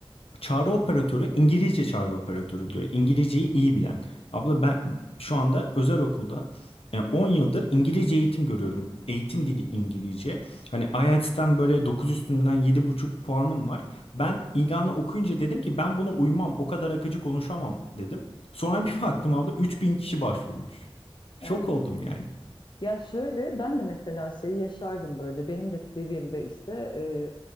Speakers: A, on the left (about 85°); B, on the left (about 55°).
A: Çağrı operatörü İngilizce çağrı operatörü diyor. İngilizceyi iyi bilen. Abla ben şu anda özel okulda e, 10 yıldır İngilizce eğitim görüyorum. Eğitim dili İngilizce. Hani IELTS'ten böyle 9 üstünden yedi buçuk puanım var. Ben ilanı okuyunca dedim ki ben buna uymam. O kadar akıcı konuşamam dedim. Sonra <laughs> bir baktım abla 3000 kişi başvurmuş. Şok
B: evet.
A: oldum yani.
B: Ya şöyle ben de mesela şeyi yaşardım böyle. Benim de CV'mde işte e,